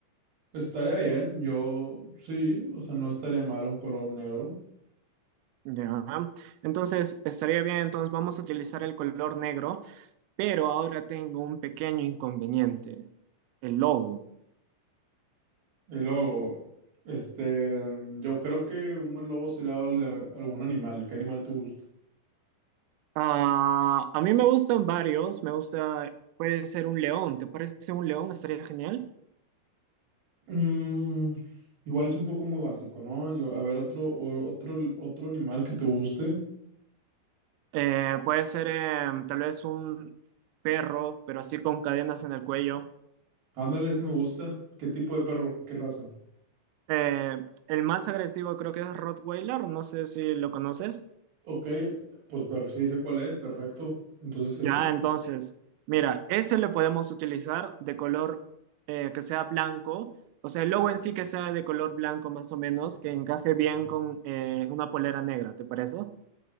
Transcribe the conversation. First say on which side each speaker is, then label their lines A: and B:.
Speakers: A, on the right; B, on the right.
A: Estaría bien, yo sí, o sea, no estaría mal un color negro.
B: Ya, entonces estaría bien, entonces vamos a utilizar el color negro. Pero ahora tengo un pequeño inconveniente, el logo.
A: Y luego, este, yo creo que un buen logo sería el de algún animal. ¿Qué animal te gusta?
B: Ah, a mí me gustan varios, me gusta, puede ser un león, ¿te parece un león? Estaría genial.
A: Mm, igual es un poco muy básico, ¿no? Yo- a ver, otro, o- otro, otro animal que te guste.
B: Eh, puede ser eh, tal vez un perro, pero así con cadenas en el cuello.
A: Ándale, ese me gusta. ¿Qué tipo de perro? ¿Qué raza?
B: Eh, el más agresivo creo que es Rottweiler, no sé si lo conoces.
A: Ok, pues per- sí sé cuál es, perfecto. Entonces
B: Ya,
A: ese,
B: entonces, mira, eso le podemos utilizar de color eh, que sea blanco, o sea, el logo en sí que sea de color blanco más o menos, que encaje bien con eh, una polera negra, ¿te parece?